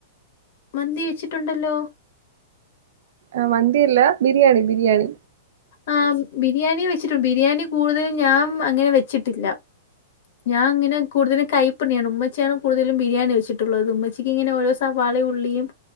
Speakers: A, on the left; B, on the right.
A: മന്തി വെച്ചിട്ടുണ്ടല്ലോ
B: ആഹ് മന്തിയല്ല ബിരിയാണി ബിരിയാണി
A: ആഹ് ബിരിയാണിയും വെച്ചിട്ടു ബിരിയാണി കൂടുതലും ഞാൻ അങ്ങനെ വെച്ചിട്ടില്ല ഞാൻ ഇങ്ങനെ കൂടുതലും കൈപ്പണ്ണിയാണ് ഉമ്മച്ചിയാണ് കൂടുതലും ബിരിയാണി വെച്ചിട്ടുള്ളത് ഉമ്മച്ചി ച്ചിക്കിങ്ങന ഓരോ സവാളേം ഉള്ളിയും